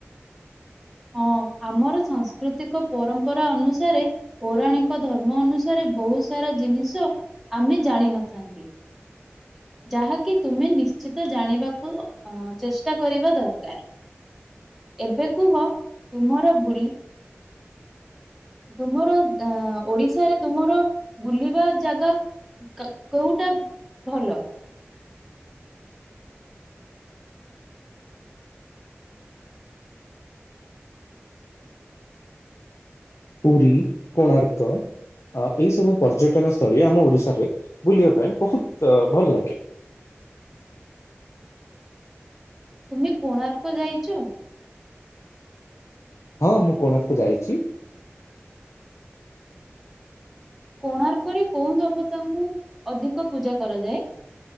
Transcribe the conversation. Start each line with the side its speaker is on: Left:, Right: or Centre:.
Centre: ହଁ ଆମର ସାଂସ୍କୃତିକ ପରମ୍ପରା ଅନୁସାରେ ପୌରାଣିକ ଧର୍ମ ଅନୁସାରେ ବହୁତ ସାରା ଜିନିଷ ଆମେ ଜାଣିନଥାନ୍ତି। ଯାହାକି ତୁମେ ନିଶ୍ଚିତ ଜାଣିବାକୁ ଅ ଚେଷ୍ଟା କରିବା ଦରକାର। ଏବେ କୁହ ତୁମର ବୁଲି ତୁମର ଅ ଓଡିଶାରେ ତୁମର ବୁଲିବା ଜାଗା କା କୋଉଟା ଭଲ?
Left: ପୁରୀ କୋଣାର୍କ। ଅ ଏହିଇ ସବୁ ପର୍ଯ୍ୟଟନ ସ୍ଥଳୀ ଆମ ଓଡ଼ିଶାରେ ବୁଲିବା ପାଇଁ ବହୁତ ଭଲ ଲାଗେ।
Centre: ତୁମେ କୋଣାର୍କ ଯାଇଛ?
Left: ହଁ ମୁଁ କୋଣାର୍କ ଯାଇଛି।
Centre: କୋଣାର୍କରେ କୋଉଁ ଦେବତାଙ୍କୁ ଅଧିକ ପୂଜା କରାଯାଏ?